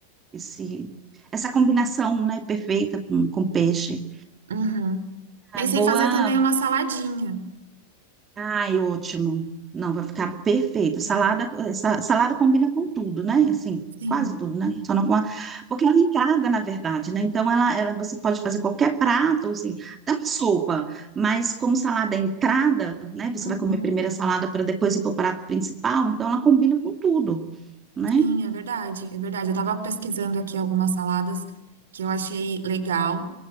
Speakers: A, on the right (about 20°); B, on the right (about 65°).
A: esse, essa combinação, né, perfeita com, com peixe.
B: Uhum. Pensei
A: É boa,
B: em fazer também uma saladinha.
A: Ai, ótimo. Não, vai ficar perfeito. Salada, essa, salada combina com tudo, né? Assim,
B: Sim,
A: quase tudo, né? Só não com a... Porque ela encarga, na verdade, né? Então, ela, ela, você pode fazer qualquer prato, assim, até uma sopa. Mas como salada é entrada, né? Você
B: uhum.
A: vai comer primeiro a salada para depois ir para o prato principal. Então, ela combina com tudo, né?
B: Sim, é verdade, é verdade. Eu estava pesquisando aqui algumas saladas que eu achei legal.